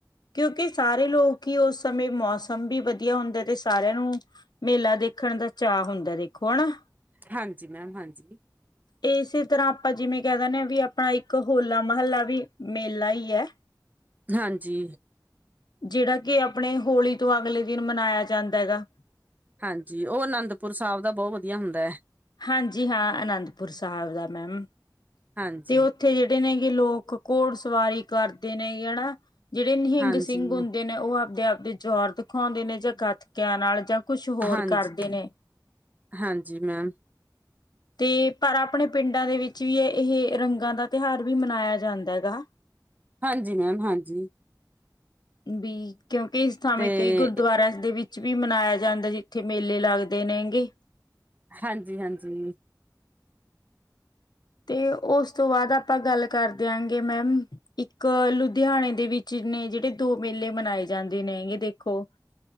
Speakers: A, on the left; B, on the right.
A: ਕਿਉਂਕਿ ਸਾਰੇ ਲੋਕ ਹੀ ਉਸ ਸਮੇਂ ਮੌਸਮ ਵੀ ਵਧੀਆ ਹੁੰਦਾ ਤੇ ਸਾਰਿਆਂ ਨੂੰ ਮੇਲਾ ਦੇਖਣ ਦਾ ਚਾਅ ਹੁੰਦਾ ਦੇਖ ਹੁਣ
B: ਹਾਂਜੀ ਮੈਮ ਹਾਂਜੀ
A: ਇਸੇ ਤਰ੍ਹਾਂ ਆਪਾਂ ਜਿਵੇਂ ਕਹਿ ਦਿੰਦੇ ਹ ਵੀ ਆਪਾ ਇੱਕ ਹੋਲਾ ਮਹੱਲਾ ਵੀ ਮੇਲਾ ਹੀ ਐ।
B: ਹਾਂਜੀ।
A: ਜਿਹੜਾ ਕਿ ਆਪਣੇ ਹੋਲੀ ਤੋਂ ਅਗਲੇ ਦਿਨ ਮਨਾਇਆ ਜਾਂਦਾ ਹੈਗਾ।
B: ਹਾਂਜੀ ਉਹ ਅਨੰਦਪੁਰ ਸਾਹਿਬ ਦਾ ਬਹੁਤ ਵਧੀਆ ਹੁੰਦਾ ਹੈ।
A: ਹਾਂਜੀ ਹਾਂ ਅਨੰਦਪੁਰ ਸਾਹਿਬ ਦਾ ਮੈਮ
B: ਹਾਂਜੀ
A: ਤੇ ਉੱਥੇ ਜਿਹੜੇ ਨੇਗੇ ਲੋਕ ਘੋੜ ਸਵਾਰੀ ਕਰਦੇ ਨੇ ਐਨਾ। ਜਿਹੜੇ ਨਿਹਿੰਗ
B: ਹਾਂਜੀ
A: ਸਿੰਘ ਹੁੰਦੇ ਨੇ ਉਹ ਆਪਦੇ ਆਪਦੇ ਜੋਹਰ ਦਿਖਾਉਂਦੇ ਨੇ ਜਾਂ ਗੱਤਕਿਆਂ ਨਾਲ ਜਾਂ ਕੁਛ ਹੋਰ
B: ਹਾਂਜੀ
A: ਕਰਦੇ ਨੇ
B: ਹਾਂਜੀ ਮੈਂਮ।
A: ਤੇ ਪਰ ਆਪਣੇ ਪਿੰਡਾਂ ਦੇ ਵਿੱਚ ਵੀ ਹੈ ਇਹ ਰੰਗਾਂ ਦਾ ਤਿਉਹਾਰ ਵੀ ਮਨਾਇਆ ਜਾਂਦਾ ਹੈਗਾ।
B: ਹਾਂਜੀ ਮੈਮ ਹਾਂਜੀ।
A: ਵੀ ਕਿਉਂਕਿ ਇਸ ਥਾਵੇਂ
B: ਤੇ
A: ਕਈ ਗੁਰਦੁਆਰਾਸ ਦੇ ਵਿੱਚ ਵੀ ਮਨਾਇਆ ਜਾਂਦਾ ਜਿੱਥੇ ਮੇਲੇ ਲੱਗਦੇ ਨੇ ਹੈਂਗੇ।
B: ਹਾਂਜੀ ਹਾਂਜੀ।
A: ਤੇ ਉਸ ਤੋਂ ਬਾਅਦ ਆਪਾਂ ਗੱਲ ਕਰ ਦਿਆਂਗੇ ਮੈਮ ਇੱਕ ਲੁਧਿਆਣੇ ਦੇ ਵਿੱਚ ਨੇ ਜਿਹੜੇ ਦੋ ਮੇਲੇ ਮਨਾਏ ਜਾਂਦੇ ਨੇ ਹੈਗੇ ਦੇਖੋ।